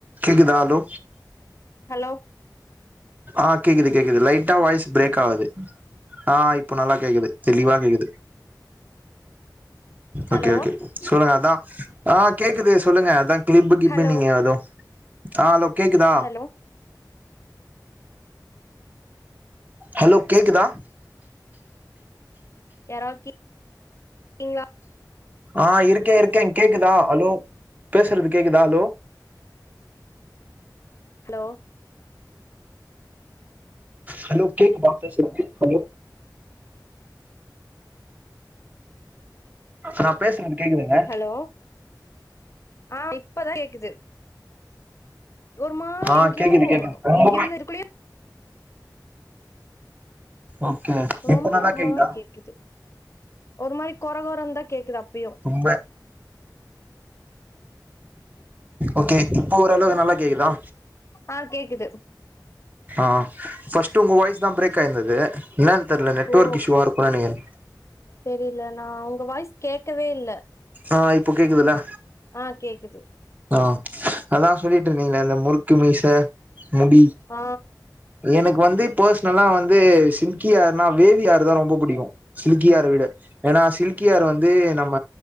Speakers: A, on the right (about 20°); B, on the left (about 40°).
A: கேக்குதா hello
B: hello
A: ஆ கேக்குது கேக்குது லைட்டா வாய்ஸ் பிரேக் ஆவுது ஆ இப்போ நல்லா கேக்குது தெளிவா கேக்குது
B: ஹலோ
A: ஓகே ஓகே சொல்லுங்க அதா ஆ கேக்குது சொல்லுங்க அதா கீப்பு கீப்புனீங்க
B: ஹலோ
A: அதுவு ஆ ஹலோ கேக்குதா
B: ஹலோ
A: ஹலோ கேக்குதா
B: யாரவது கே கிங்களா
A: ஆ இருக்கே இருக்கே கேக்குதா ஹலோ பேசுறது கேக்குதா ஹலோ
B: ஹலோ
A: ஹலோ கேக்குதா பேசுறது ஹலோ நா பேசுறது கேக்குதாங்க
B: ஹலோ ஆ இப்பதா கேக்குது ஒரு மாரி
A: ஆ
B: எங்கேயோ
A: கேக்குது கேக்குது ரொம்பவே
B: எங்க இருந்து எதுகுள்ளயோ
A: ஓகே இப்ப
B: ரொம்ப
A: நல்லா
B: ஒரு
A: கேக்குதா
B: மாரி கேக்குது ஒரு மாரி கொற கொறந்தா கேக்குது அப்பயு
A: ரொம்ப ஓகே இப்போ ஓரளவுக்கு நல்லா கேக்குதா
B: ஆ கேக்குது
A: ஆ ஃபர்ஸ்ட்டு உங்க வாய்ஸ் தா பிரேக் ஆயிருந்தது என்னன்னு தெர்ல நெட்ஒர்க்
B: ஓ
A: இஷ்யூவா இருக்கு நெனைக்கிறே
B: தெரியல நா உங்க வாய்ஸ் கேக்கவே இல்ல
A: ஆ இப்போ கேக்குதுல
B: ஆ கேக்குது
A: ஆ அதா சொல்லிட்டு இருந்தீங்களே இந்த முறுக்கு மீச முடி
B: ஆ
A: எனக்கு வந்து பர்சனலா வந்து சில்கிஹேர்ருனா வேவிஹேர்ரு தா ரொம்ப புடிக்கு சில்க்கிஹேர விட ஏன்னா சில்கி ஹேர் வந்து நம்ம